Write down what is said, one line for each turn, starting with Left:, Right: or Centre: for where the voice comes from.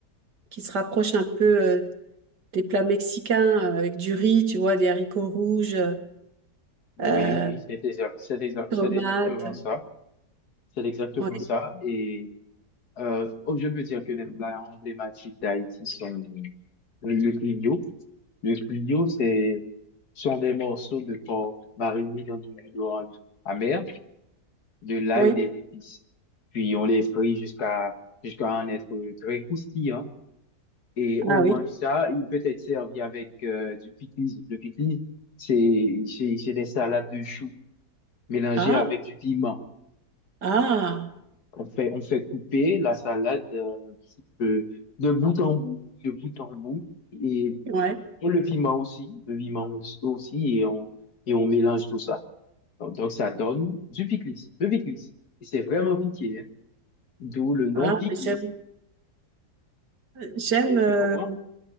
Right: qui se rapprochent un peu euh, des plats mexicains euh, avec du riz, tu vois, des haricots rouges,
Left: oui,
Right: euh,
Left: oui, c'est exact, c'est exact,
Right: tomates.
Left: c'est exactement ça. C'est exactement
Right: Oui,
Left: ça. Et euh, oh, je peux dire que les plats emblématiques d'Haïti sont le, le clignot. Le clignot, c'est, sont des morceaux de porc marinés dans du jus d'orange amer, de l'ail
Right: oui.
Left: et des épices. Puis on les frit jusqu'à jusqu'à en être très croustillant et on
Right: Ah
Left: mange
Right: oui.
Left: ça. Il peut être servi avec euh, du pickles. Le pickles, c'est c'est c'est des salades de choux mélangées
Right: Ah,
Left: avec du piment.
Right: ah,
Left: On fait on fait couper la salade euh, un petit peu de bout en bout, de bout en bout et
Right: ouais.
Left: et le piment aussi, le piment aussi, aussi, et on et on mélange tout ça. Donc, donc, ça donne du pickles, le pickles. Et c'est vraiment piqué, hein. D'où le nom
Right: Ah,
Left: pickles.
Right: j'aime, j'aime.
Left: Eh,
Right: euh,
Left: Tu comprends?